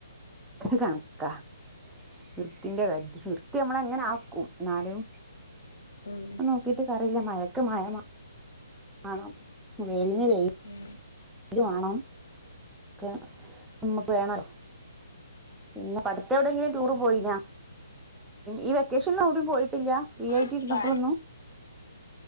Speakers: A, in the centre; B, on the left (about 55°).
A: കണക്കാ വൃത്തിന്റെ കാര്യത്തി നമ്മള ങ്ങനെ ആക്കും ന്നാലും
B: ഉം
A: നോക്കിട്ട് കാര്യല്ല മഴക്ക് മയ വാണം വെയിൽന് വെയിൽ
B: ഉം
A: <inaudible> പിന്ന പ്പടുത്തവിടേലും ടൂർ
B: ഉം
A: പോയിന ഈ വെക്കേഷലെവിടെയും പോയിട്ടില്ല ഫ്രീ ആയിട്ടിരുന്നപ്പോളൊന്നും
B: ഇപ്പ